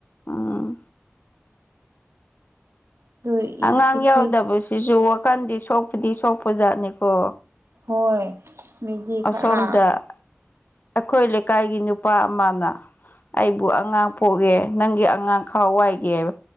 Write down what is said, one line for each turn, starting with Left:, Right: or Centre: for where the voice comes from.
Left: ꯑꯥ
Right: ꯑꯗꯨ ꯑꯩꯈꯣꯏ
Left: ꯑꯉꯥꯡ ꯌꯥꯎꯗꯕꯁꯤꯁꯨ ꯋꯥꯀꯟꯗꯤ ꯁꯣꯛꯄꯗꯤ ꯁꯣꯛꯄꯖꯥꯠꯅꯤꯀꯣ
Right: ꯍꯣꯏ ꯃꯤꯗꯤ
Left: ꯑꯁꯣꯝꯗ
Right: ꯈꯔ
Left: ꯑꯩꯈꯣꯏ ꯂꯩꯀꯥꯏꯒꯤ ꯅꯨꯄꯥ ꯑꯃꯅ ꯑꯩꯕꯨ ꯑꯉꯥꯡ ꯄꯣꯛꯒꯦ ꯅꯪꯒꯤ ꯑꯉꯥꯡ ꯈꯔ ꯋꯥꯏꯒꯦꯕ